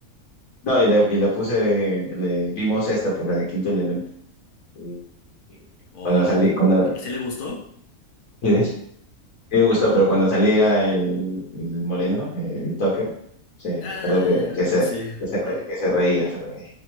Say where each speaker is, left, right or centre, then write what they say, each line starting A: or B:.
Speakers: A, on the left; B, on the left.
A: no, y le, y le puse, le vimos esta, pues la de Quinto Elemento. Y- y
B: Oh,
A: Cuando salí,
B: es muy bueno.
A: cuando, <laughs>
B: ¿Sí le gustó?
A: y les- y me gustó, pero cuando salía el, el moreno, el Tucker, sí, me
B: Ah,
A: acuerdo
B: ah,
A: que, que se,
B: ah, ah, Sí.
A: que se re-
B: <laughs>
A: que se reía, se reía.